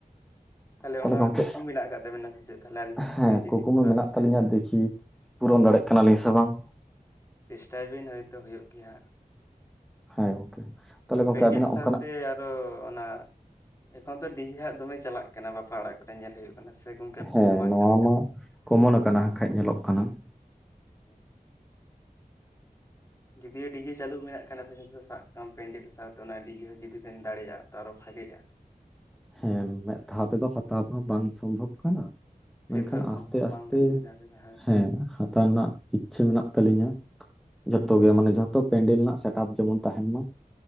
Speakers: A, on the left; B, in the centre.
A: ᱛᱟᱦᱚᱞᱮ
B: ᱛᱟᱦᱞᱮ
A: ᱚᱱᱟ
B: ᱜᱚᱢᱠᱮ
A: ᱠᱩᱠᱢᱩ ᱢᱮᱱᱟᱜ ᱟᱠᱟᱫ ᱛᱟᱵᱮᱱᱟ ᱥᱮ ᱪᱮᱫ ᱛᱟᱦᱚᱞᱮ ᱟᱹᱞᱤᱧᱟᱜ
B: ᱦᱮᱸ
A: ᱯᱮᱱᱰᱮᱞ
B: ᱠᱩᱠᱢᱩ
A: ᱞᱤᱧ ᱠᱚᱨᱟᱣᱟ
B: ᱢᱮᱱᱟᱜ
A: ᱢᱮᱱᱛᱮ
B: ᱛᱟᱞᱤᱧᱟ ᱫᱮᱠᱷᱤ ᱾ ᱯᱩᱨᱚᱱ ᱫᱟᱲᱮᱜ ᱠᱟᱱᱟᱞᱤᱧ ᱥᱮ ᱵᱟᱝ ᱾
A: ᱪᱮᱥᱴᱟᱭ ᱵᱤᱱ ᱦᱳᱭᱛᱳ ᱦᱩᱭᱩᱜ ᱜᱮᱭᱟ ᱦᱟᱸᱜ ᱾
B: ᱦᱮᱸ ᱜᱚᱝᱠᱮ ᱛᱟᱦᱚᱞᱮ
A: ᱟᱨ
B: ᱜᱚᱝᱠᱮ
A: ᱯᱤᱱᱰᱤᱞ
B: ᱟᱵᱤᱱᱟᱜ ᱚᱱᱠᱟᱱᱟᱜ
A: ᱥᱟᱶᱛᱮ ᱟᱨᱚ ᱚᱱᱟ ᱮᱠᱷᱚᱱ ᱛᱚ ᱰᱤᱡᱮ ᱦᱟᱸᱜ ᱫᱚᱢᱮ ᱪᱟᱞᱟᱜ ᱠᱟᱱᱟ ᱵᱟᱯᱞᱟ ᱚᱲᱟᱜ ᱠᱚᱨᱮ ᱧᱮᱞ ᱦᱩᱭᱩᱜ ᱠᱟᱱᱟ ᱥᱮ ᱜᱚᱢᱠᱮ ᱟᱯᱮᱥᱮᱫ
B: ᱦᱮᱸ
A: ᱫᱚ ᱵᱟᱝ
B: ᱱᱚᱣᱟ
A: ᱪᱟᱞᱟᱜ ᱠᱟᱱᱟ?
B: ᱢᱟ ᱠᱚᱢᱚᱱ ᱟᱠᱟᱱᱟ ᱠᱟᱡᱽ ᱧᱮᱞᱚᱜ ᱠᱟᱱᱟ ᱾
A: <inaudible> ᱡᱩᱫᱤᱭᱳ ᱰᱤᱡᱮ ᱪᱟᱹᱞᱩ ᱢᱮᱱᱟᱜ ᱠᱷᱟᱱ ᱟᱯᱮ ᱥᱟᱱ ᱥᱟᱵ ᱠᱟᱢ ᱯᱮᱱᱰᱤᱞ ᱥᱟᱶᱛᱮ ᱚᱱᱟ ᱰᱤᱡᱮ ᱦᱚᱸ ᱡᱩᱫᱤ ᱵᱮᱱ ᱫᱟᱲᱮᱭᱟᱜᱼᱟ ᱛᱚ ᱟᱨᱚ ᱵᱷᱟᱜᱮᱜᱼᱟ ᱾
B: ᱦᱮᱸ ᱢᱮᱫ ᱫᱷᱟᱣ ᱛᱮᱫᱚ ᱦᱟᱛᱟᱣ ᱦᱚᱸ ᱵᱟᱝ ᱥᱚᱢᱵᱷᱚᱵ ᱠᱟᱱᱟ ᱾
A: ᱥᱮ
B: ᱢᱮᱱᱠᱷᱟᱱ
A: ᱛᱚ ᱦᱟᱸᱜ ᱥᱚᱢᱵᱷᱚᱵ
B: ᱟᱥᱛᱮ ᱟᱥᱛᱮ
A: ᱵᱟᱝ ᱠᱟᱱᱟ ᱢᱤᱫ ᱫᱷᱟᱣ ᱛᱮᱫᱚ
B: ᱦᱮᱸ ᱦᱟᱛᱟᱣ ᱨᱮᱱᱟᱜ ᱤᱪᱪᱷᱟᱹ ᱢᱮᱱᱟᱜ ᱛᱟᱹᱞᱤᱧᱟ ᱡᱷᱚᱛᱚ ᱜᱮ ᱢᱟᱱᱮ ᱡᱷᱚᱛᱚ ᱯᱮᱱᱰᱮᱞ ᱨᱮᱱᱟᱜ ᱥᱮᱴᱟᱯ ᱡᱮᱢᱚᱱ ᱛᱟᱦᱮᱱ ᱢᱟ ᱾